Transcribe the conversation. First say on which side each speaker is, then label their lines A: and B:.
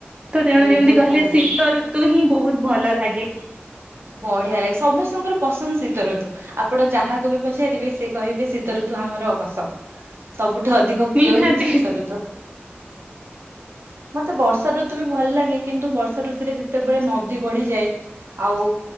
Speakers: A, on the right; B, on the right.
A: ତ ତେଣୁ
B: ବହୁତ
A: ଯେମିତି କହିଲେ
B: ବହୁତ
A: ଶୀତ ଋତୁ ହିଁ ବହୁତ ଭଲ ଲାଗେ।
B: ବଢିଆ ଲାଗେ ସମସ୍ତଙ୍କର ପସନ୍ଦ ଶୀତ ଋତୁ ଆପଣ ଯାହାକୁ ବି ପଚାରିବେ ସେ କହିବେ ଶୀତ ଋତୁ। ଋତୁ ଆମର ପସନ୍ଦ ସବୁଠୁ ଅଧିକ ପ୍ରିୟ
A: ନିହାତି
B: ହେଉଚି ଶୀତ ଋତୁ। ମତେ ବର୍ଷା ଋତୁ ବି ଭଲ ଲାଗେ କିନ୍ତୁ ବର୍ଷା ଋତୁରେ ଯେତେବେଳେ ନଦୀ ବଢିଯାଏ ଆଉ